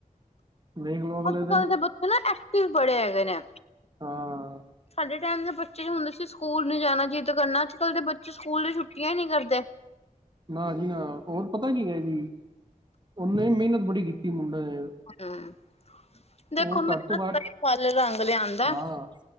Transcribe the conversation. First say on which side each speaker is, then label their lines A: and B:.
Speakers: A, on the right; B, on the left.
A: ਵੇਖ ਲਓ ਅਗਲੇ
B: ਅੱਜ-ਕੱਲ ਦੇ ਬੱਚੇ ਨਾ ਐਕਟਿਵ ਬੜੇ ਹੈਗੇ ਨੇ।
A: ਹਾਂ।
B: ਸਾਡੇ ਟਾਈਮ ਦੇ ਬੱਚੇ ਹੁੰਦੇ ਸੀ, ਸਕੂਲ ਨਹੀਂ ਜਾਣਾ ਜਿੱਦ ਕਰਨਾ, ਅੱਜ-ਕੱਲ੍ਹ ਦੇ ਬੱਚੇ ਸਕੂਲ ਦੀ ਛੁੱਟੀਆਂ ਈ ਨੀ ਕਰਦੇ।
A: ਨਾ ਜੀ ਨਾ ਹੋਰ ਪਤਾ ਕੀ ਏ ਜੀ, ਉਹਨੇ ਮਿਹਨਤ ਬੜੀ ਕੀਤੀ ਮੁੰਡੇ ਨੇ।
B: ਹੂੰ, ਦੇਖੋ
A: ਉਹ
B: ਮੈ
A: ਘੱਟ
B: <unintelligible>
A: ਤੋਂ ਘੱਟ
B: ਫੱਲ ਰੰਗ ਲਿਆਂਦਾ।
A: ਹਾਂ